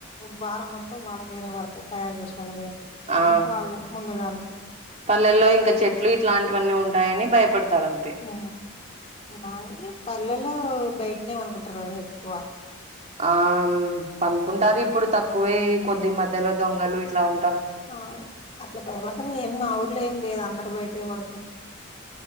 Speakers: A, on the left; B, on the right.
A: భారం మొత్తం వల్ల మీదనే పడుతుంది తయారు చేస్ ఆ
B: ఆ
A: అందుకు వాళ్ళు ముందుగాని
B: పల్లెల్లో ఇంకా చెట్లు ఇట్లాంటివన్నీ ఉంటాయని భయపడతారు అంతే
A: హు బాయి పల్లెల్లో బయటనే పండుకుంటారు ఎక్కువ
B: ఆ పనుకుంటారు ఇప్పుడు తక్కువే కొద్ది మధ్యలో దొంగలు ఇట్లా ఉం
A: అవును అట్లా భయపడుతనే ఏం మా ఊర్లో ఏం లేదు అందరు బయటనే పడు